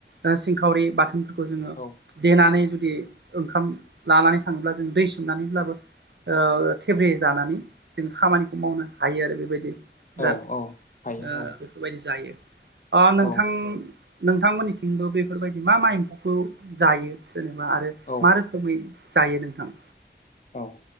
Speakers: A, on the right; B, on the left.
A: ना सिंखावरि बाथोनफोरखौ जोङो
B: औ
A: देनानै जुदि ओंखाम लानानै थाङोब्ला जों दै सोमनानैब्लाबो औ थेब्रे जानानै जों खामानिखौ मावनो हायो आरो बेबायदि
B: औ
A: बिराद
B: औ हायो
A: ओ बेफोरबायदि जायो ओ नोंथां
B: औ
A: नोंथांमोननिथिंबो बेफोरबायदि मा मा एम्फौखौ जायो जेनेबा आरो
B: औ
A: मा रोखोमै जायो नोंथां?
B: औ